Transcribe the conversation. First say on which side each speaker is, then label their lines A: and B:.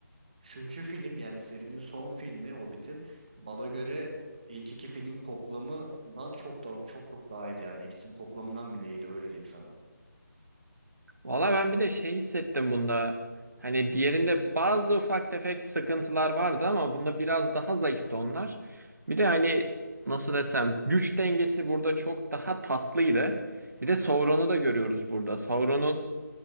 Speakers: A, on the right; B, on the right.
A: üçüncü film yani serinin son filmi Hobbit'in bana göre ilk iki filmin toplamından çok da çok çok daha iyiydi yani. İkisinin toplamından bile iyiydi öyle diyeyim sana.
B: Valla ben bir de şey hissettim bunda. Hani diğerinde bazı ufak tefek sıkıntılar vardı ama bunda biraz daha zayıftı onlar.
A: Hı
B: Bir de
A: hı.
B: hani nasıl desem güç dengesi burada çok daha tatlıydı. Bir de
A: Evet.
B: Sauron'u da görüyoruz burada. Sauron'un